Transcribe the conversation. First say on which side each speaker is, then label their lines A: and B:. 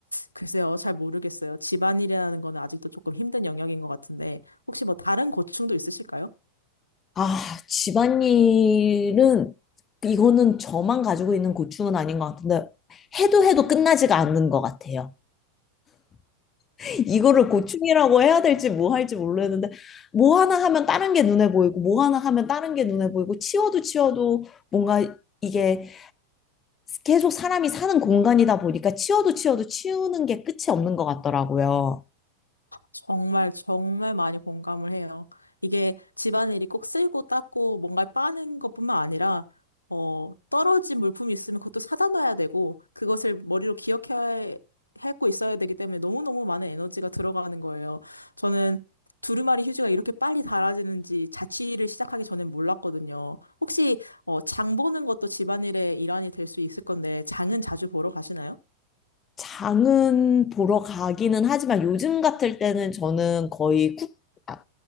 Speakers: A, on the left (about 85°); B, on the left (about 25°).
A: 글쎄요, 잘 모르겠어요. 집안일이라는 거는 아직도 조금 힘든 영역인 것 같은데, 혹시 뭐 다른 고충도 있으실까요?
B: 아, 집안일은, 이거는 저만 가지고 있는 고충은 아닌 것 같은데, 해도 해도 끝나지가 않는 것 같아요. <laughs> 이거를 고충이라고 해야 될지 뭐 할지 모르겠는데, 뭐 하나 하면 다른 게 눈에 보이고, 뭐 하나 하면 다른 게 눈에 보이고, 치워도 치워도 뭔가 이게 계속 사람이 사는 공간이다 보니까 치워도 치워도 치우는 게 끝이 없는 것 같더라고요.
A: 정말, 정말 많이 공감을 해요. 이게 집안일이 꼭 쓸고 닦고 뭔가 빠는 것뿐만 아니라, 어, 떨어진 물품이 있으면 그것도 사다 놔야 되고, 그것을 머리로 기억해, 하고 있어야 되기 때문에 너무너무 많은 에너지가 들어가는 거예요. 저는 두루마리 휴지가 이렇게 빨리 닳아지는지 자취를 시작하기 전엔 몰랐거든요. 혹시, 어, 장 보는 것도 집안일의 일환이 될 수 있을 건데, 장은 자주 보러 가시나요?
B: 장은 보러 가기는 하지만 요즘 같을 때는 저는 거의 쿠, 아,